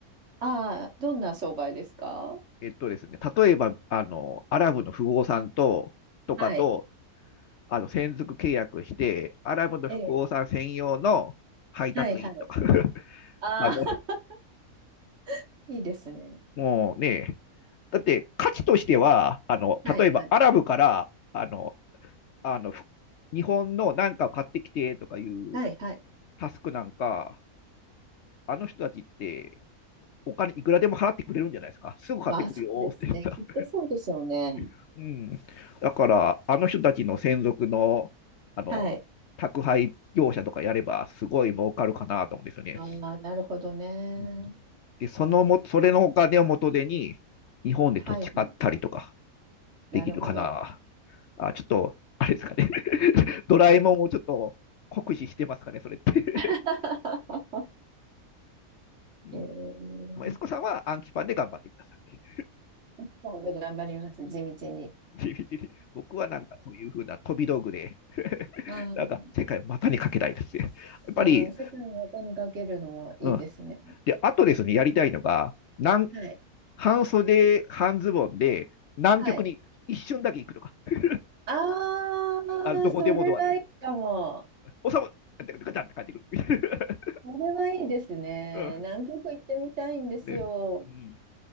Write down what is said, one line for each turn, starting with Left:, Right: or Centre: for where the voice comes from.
Right: あー、どんな商売ですか
Left: えっとですね、例えば、あの、アラブの富豪さんと、とかと、
Right: はい。
Left: あの専属契約して、アラブの富豪さん専用の配達員とか
Right: ええ。はいはい。
Left: <laughs>
Right: ああ、
Left: あの、
Right: <laughs> いいですね。
Left: もうね、だって価値としては、あの例えばアラブからあの
Right: はいはい。
Left: あの日本のなんかを買ってきてとかいう
Right: はいはい。
Left: タスクなんか、あの人たちってお金いくらでも払ってくれるんじゃないですか。すぐ買ってくるよって言った。
Right: まあ、そうですね。きっとそうでしょうね。
Left: <laughs> うん、だから、あの人たちの専属のあの宅配業者とかやれば、
Right: はい。
Left: すごい儲かるかなと思うんですよね。
Right: ああ、なるほどね。
Left: うんで、そのも、それのお金を元手に、日本で土地買ったりとか
Right: はいはい。
Left: できるかな。
Right: なるほど。
Left: あ、ちょっと、あれですかね。<laughs> ドラえもんをちょっと酷使してますかね、それって。
Right: <laughs>
Left: うん
Right: えー、
Left: まあエスコさんは暗記パンで頑張ってください。
Right: 今度頑張ります。地道に。
Left: 地道に僕はなんかそういうふうな飛び道具で、
Right: あー
Left: なんか世界を股にかけたいですね。やっぱり、
Right: あー、世界の音にかけるのもいいですね。
Left: うん。で、あとですね、やりたいのが、なん
Right: はい。
Left: 半袖、半ズボンで、南極に一瞬だけ行くとか。
Right: はい。
Left: <laughs>
Right: ああ、
Left: あのどこでもドアで。
Right: それはいいかも。
Left: おさむ、ガチャって帰ってくる。
Right: それはいいですね。
Left: <laughs> うん、
Right: 南極行ってみたいんですよ。
Left: です、うん。